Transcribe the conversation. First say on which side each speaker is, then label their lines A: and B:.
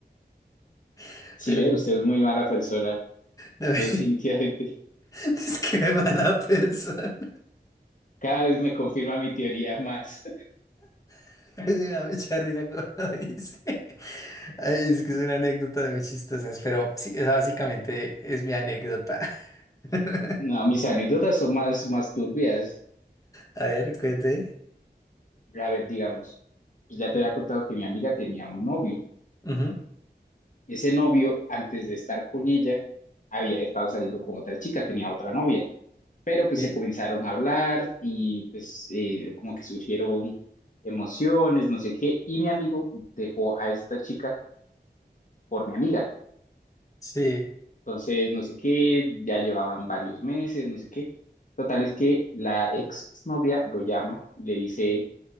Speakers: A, on the left (about 20°); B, on the left (about 50°).
A: <laughs>
B: Sí,
A: Pero
B: ve,
A: sí-
B: usted es muy mala persona,
A: no,
B: definitivamente.
A: <laughs> es que es mala persona.
B: Cada vez me confirma mi teoría más.
A: <laughs> Me da mucha risa cuando lo dice. <laughs> Ay, es que es una anécdota de muy chistosas, pero sí, esa básicamente es mi anécdota. <laughs>
B: No, mis anécdotas son más, más turbias.
A: A ver, cuente.
B: A ver, digamos, pues ya te había contado que mi amiga tenía un novio.
A: Ujú,
B: Ese novio, antes de estar con ella, había estado saliendo con otra chica, tenía otra novia, pero pues
A: Sí.
B: se comenzaron a hablar y pues eh, como que surgieron emociones, no sé qué, y mi amigo dejó a esta chica por mi amiga.
A: Sí.
B: Entonces, no sé qué, ya llevaban varios meses, no sé qué. Total es que la ex novia lo llama y le dice